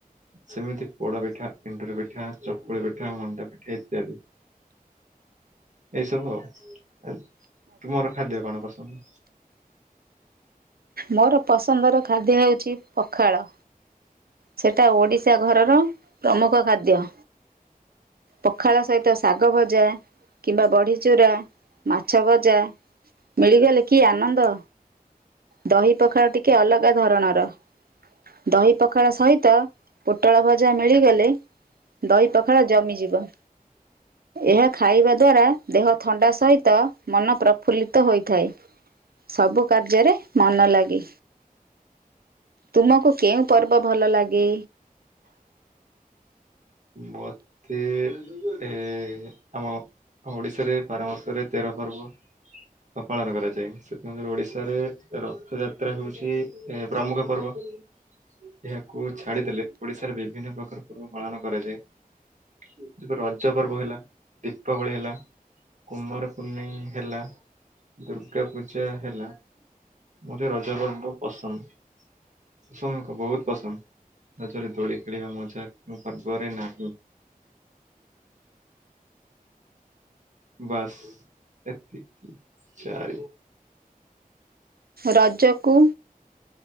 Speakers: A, on the right; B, on the right.
A: ସେମିତି ପୋଡା ପିଠା ଏଣ୍ଡୁରି ପିଠା ଚକୁଳି ପିଠା ମଣ୍ଡା ପିଠା ଇତ୍ୟାଦି। ଏଇସବୁ ଆଉ ତୁମର ଖାଦ୍ୟ କଣ ପସନ୍ଦ?
B: ମୋର ପସନ୍ଦର ଖାଦ୍ୟ ହେଉଛି ପଖାଳ। ସେଇଟା ଓଡ଼ିଶା ଘରର ପ୍ରମୁଖ ଖାଦ୍ୟ। ପଖାଳ ସହିତ ଶାଗ ଭଜା କିମ୍ବା ବଢି ଚୂୁରା ମାଛ ଭଜା ମିଳିଗଲେ କି ଆନନ୍ଦ। ଦହି ପଖାଳ ଟିକେ ଅଲଗା ଧରଣର। ଦହି ପଖାଳ ସହିତ ପୋଟଳ ଭଜା ମିଳିଗଲେ ଦହି ପଖାଳ ଜମିଯିବ। ଏହା ଖାଇବା ଦ୍ଵାରା ଦେହ ଥଣ୍ଡା ସହିତ ମନ ପ୍ରଫୁଲ୍ଲିତ ହୋଇଥାଏ ସବୁ କାର୍ଯ୍ୟରେ ମନ ଲାଗେ, ତୁମକୁ କେଉଁ ପର୍ବ ଭଲ ଲାଗେ?
A: ମତେ ଏ ଆମ ଓଡିଶାରେ ବାର ମାସରେ ତେର ପର୍ବ। ପାଳନ କରାଯାଏ, ସେଥିମଧ୍ୟରୁ ଓଡିଶାରେ ରଥ ଯାତ୍ରା ହଉଛି ଏ ପ୍ରମୁଖ ପର୍ବ ଏହାକୁ ଛାଡିଦେଲେ ଓଡିଶାରେ ବିଭିନ୍ନ ପ୍ରକାର ପର୍ବ ପାଳନ କରାଯାଏ ରଜ ପର୍ବ ହେଲା ଦୀପାବଳି ହେଲା। କୁମାର ପୂନେଇଁ ହେଲା ଦୁର୍ଗା ପୂଜା ହେଲା। ମୋତେ ରଜ ପର୍ବ ବୋହୁତ୍ ପସନ୍ଦ୍। ପସନ୍ଦ୍ କ ବୋହୁତ୍ ପସନ୍ଦ୍ ରଜରେ ଦୋଳି ଖେଳିବା ମଜା ପର୍ବରେ ନାହିଁ। ବାସ୍ ଏତିକି ଚାରି
B: ରଜକୁ